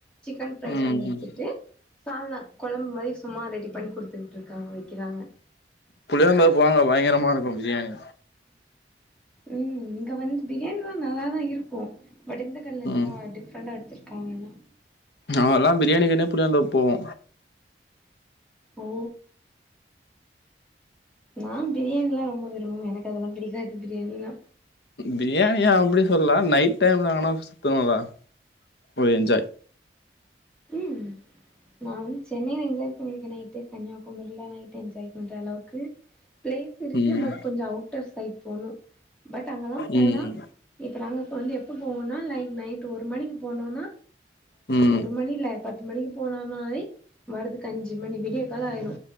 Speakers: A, in the centre; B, on the left (about 65°).
A: சிக்கன் ஃப்ரை
B: ம்
A: பண்ணி வெச்சுட்டு
B: ம்
A: சால்னா கொழம்பு மாரி சும்மா ரெடி பண்ணி குடுத்து விட்டிருக்காங்க வெக்கிறாங்க
B: புளியாம்பர போனா அங்க பயங்கரமா இருக்கு பிரியாணி
A: ம் இங்க வந்து பிரியாணி எல்லா நல்லாதா இருக்கு பட் இந்த கடைல என்னனா
B: ம்
A: டிஃப்ரெண்ட்டா வெச்சிருக்காங்க எல்லா
B: நா எல்லா பிரியாணிக்குனே புளியாந்தோப்பு போவோ
A: ஓ நா பிரியாணியெல்லா ரொம்ப விரும்புமே எனக்கு அதெல்லாம் பிடிக்காது பிரியாணியெல்லா
B: பிரியாணியா அப்டி சொல்லல நைட் டைம்ல ஆனா சுத்தணுல்ல ஒரு என்ஜாய்
A: ம் நா வந்து சென்னைல என்ஜாய் பண்ணிருக்கேனே ட்டு கன்னியாகுமரில நைட் என்ஜாய் பண்ற அளவுக்கு பிளேஸ் இருக்கு
B: ம்
A: பட் கொஞ்சோ அவுட் டர் சைட் போணு பட் அங்கெல்லாம் போனா
B: ம்
A: இப்ப நாங்க வந்து எப்ப போவோனா லைக் நைட் ஒரு மணிக்கு போனோனா
B: ம்
A: ஒரு மணி இல்ல பத்து மணிக்கு போனோனாலே வர்றதுக்கு அஞ்சு மணி விடிய கால ஆயிரு